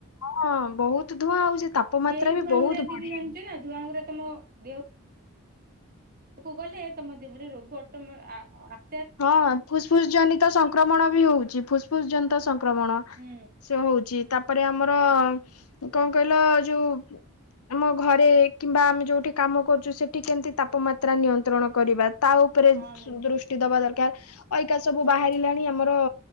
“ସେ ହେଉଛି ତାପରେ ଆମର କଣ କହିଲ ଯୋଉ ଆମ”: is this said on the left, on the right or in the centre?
Left